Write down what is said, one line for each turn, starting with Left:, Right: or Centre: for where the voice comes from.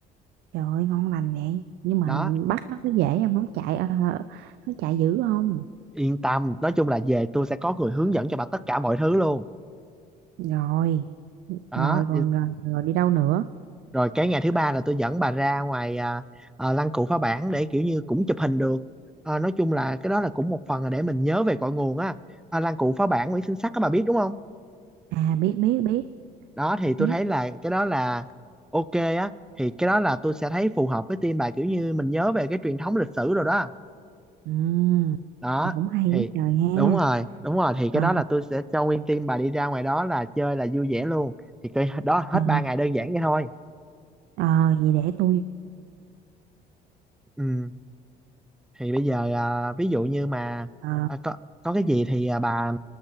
Right: Trời ơi, ngon lành vậy. Nhưng mà
Centre: đó
Right: bắt nó có dễ không? Nó chạy, ờ, nó chạy dữ không?
Centre: yên tâm nói chung là về tôi sẽ có người hướng dẫn cho bà tất cả mọi thứ luôn
Right: Rồi,
Centre: đó
Right: rồi còn rồi, rồi đi đâu nữa?
Centre: rồi cái ngày thứ ba là tôi dẫn bà ra ngoài à, à, lăng cụ phá bản để kiểu như cũng chụp hình được Ờ, nói chung là cái đó là cũng một phần là để mình nhớ về cội nguồn á à, lăng cụ phá bản Nguyễn Sinh Sắc các bà biết đúng không
Right: À, biết, biết, biết,
Centre: đó thì tôi
Right: biết.
Centre: thấy là cái đó là ok á thì cái đó là tôi sẽ thấy phù hợp với team bà kiểu như mình nhớ về cái truyền thống lịch sử rồi đó
Right: Ừ,
Centre: đó
Right: vậy cũng hay
Centre: thì
Right: quá trời ha.
Centre: đúng rồi đúng rồi thì cái
Right: Ờ.
Centre: đó là tôi sẽ cho nguyên team bà đi ra ngoài đó là chơi là vui vẻ luôn thì cái đó hết
Right: Ờ,
Centre: ba ngày đơn giản vậy thôi
Right: ờ, vậy để tôi
Centre: ừ thì bây giờ à, ví dụ như mà
Right: ờ,
Centre: à, có có cái gì thì à, bà